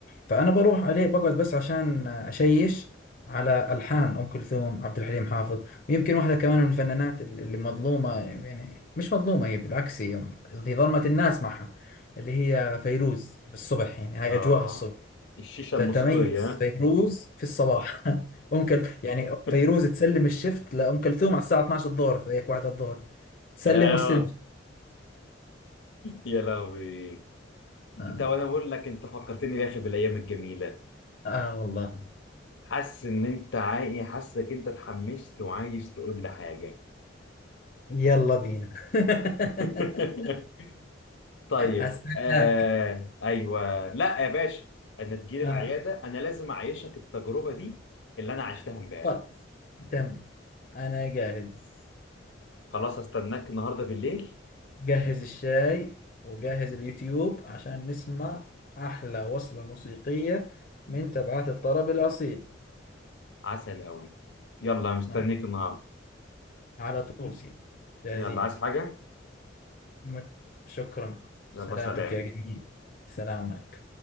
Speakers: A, on the left; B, on the left.
A: فانا بروح عليه بقعد بس عشان اشيش على الحان ام كلثوم عبد الحليم حافظ ويمكن واحده كمان من الفنانات اللي مظلومه يعني مش مظلومه هي بالعكس هي هي ظلمت الناس معها اللي هي فيروز بالصبح يعني هاي
B: اه
A: اجواءها الصبح
B: الشيشه
A: تتميز
B: الموسيقيه ها؟
A: فيروز في الصباح <laughs> ام كلثوم يعني
B: <laughs>
A: فيروز تسلم الشفت لام كلثوم على الساعه 12 الظهر هيك واحده الظهر تسلم
B: اه
A: واستلم
B: يا لهوي
A: آه.
B: انت وانا بقول لك انت فكرتني يا اخي بالايام الجميله
A: اه والله
B: حاسس ان انت عاي... حاسسك انت اتحمست وعايز تقول لي حاجه
A: يلا بينا
B: <laughs>
A: <laughs>
B: طيب
A: استناك
B: آه... ايوه لا يا باشا انا تجيلي
A: اه
B: العياده انا لازم اعيشك التجربه دي اللي انا عشتها امبارح
A: خلاص تم انا جاهز
B: خلاص استناك النهارده بالليل
A: جهز الشاي وجهز اليوتيوب عشان نسمع احلى وصلة موسيقية من تبعات الطرب الاصيل
B: عسل قوي يلا مستنيك
A: آه.
B: النهارده
A: على طول سيدي جاهزين
B: يلا عايز حاجه
A: مت- شكرا
B: يلا
A: سلامتك
B: سلام
A: يا جميل سلام عليكم